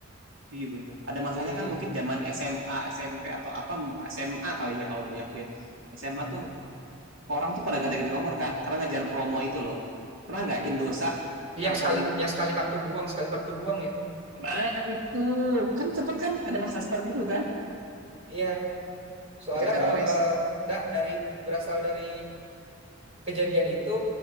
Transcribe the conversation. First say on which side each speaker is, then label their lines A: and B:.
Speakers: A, on the right (about 70°); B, on the right (about 30°).
A: Iya bener. Ada masanya
B: Iya, iya.
A: kan mungkin zaman SMA, SMP atau apa SMA kali ya kalau di aku ya. SMA
B: Hmm.
A: tuh orang tuh pada ganti-ganti nomor kan karena ngajar promo itu loh. Pernah nggak Indosat
B: Yang
A: telepon
B: sekali yang sekali kartu buang, sekali kartu buang ya.
A: Nah, itu kan cepet kan ada masa seperti itu kan
B: Iya, soalnya
A: dekat teroris.
B: kalau eh nah dari berasal dari kejadian itu